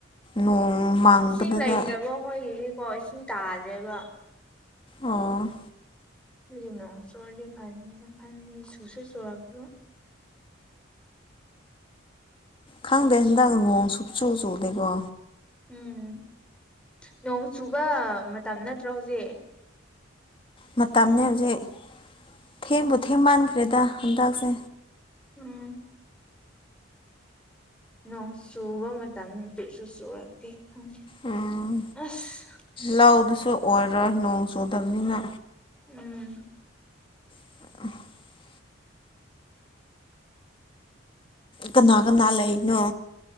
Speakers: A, on the left; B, in the centre.
A: ꯅꯣꯡ ꯃꯥꯡꯕꯗꯨꯗ
B: ꯏꯁꯤꯡ ꯂꯩꯇ꯭ꯔꯕꯣ ꯍꯣꯏꯒꯤꯗꯤꯀꯣ ꯏꯁꯤꯡ ꯇꯥꯗ꯭ꯔꯦꯕ꯫
A: ꯑꯣ꯫
B: ꯑꯩꯗꯨ ꯅꯣꯡ ꯆꯨꯔꯗꯤ ꯐꯅꯤꯅ ꯈꯜꯂꯤ ꯁꯨꯁꯨ ꯁꯨꯔꯛꯄꯥ
A: ꯈꯪꯗꯦ ꯍꯟꯗꯛ ꯅꯣꯡ ꯁꯨꯛꯆꯨ ꯆꯨꯗꯦꯀꯣ꯫
B: ꯎꯝ ꯅꯣꯡ ꯆꯨꯕ ꯃꯇꯝ ꯅꯠꯇ꯭ꯔ ꯍꯧꯖꯤꯛ꯫
A: ꯃꯇꯝꯅꯦ ꯍꯧꯖꯤꯛ ꯊꯦꯡꯕꯨ ꯊꯦꯡ ꯃꯥꯟꯈ꯭ꯔꯦꯗ ꯍꯟꯗꯛꯁꯦ꯫
B: ꯎꯝ꯫ ꯅꯣꯡ ꯁꯨꯕ ꯃꯇꯝꯅꯤ ꯆꯨꯁꯨ ꯆꯨꯔꯛꯇꯦ ꯈꯪꯗꯦ
A: ꯎꯝ
B: ꯑꯁ꯫
A: ꯂꯧꯗꯨꯁꯨ ꯑꯣꯏꯔꯣꯏ ꯅꯣꯡ ꯆꯨꯗꯕꯅꯤꯅ꯫
B: ꯎꯝ꯫
A: <unintelligible> ꯀꯅꯥ ꯀꯅꯥ ꯂꯩꯅꯣ꯫